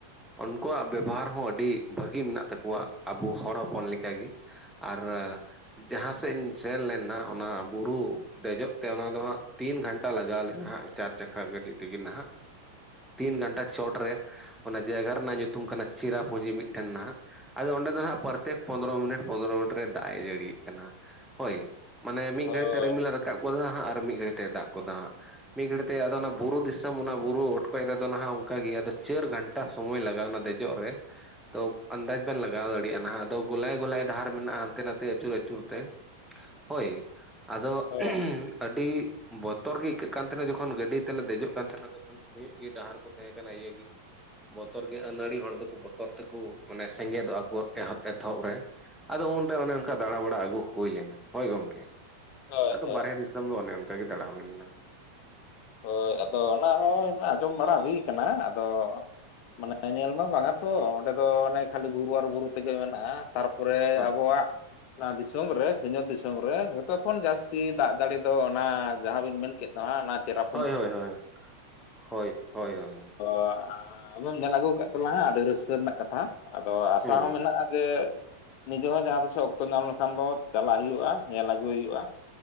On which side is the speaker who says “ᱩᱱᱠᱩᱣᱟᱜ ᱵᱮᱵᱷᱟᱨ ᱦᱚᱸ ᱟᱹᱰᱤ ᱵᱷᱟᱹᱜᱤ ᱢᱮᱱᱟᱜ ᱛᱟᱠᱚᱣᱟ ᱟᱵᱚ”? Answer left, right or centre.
Centre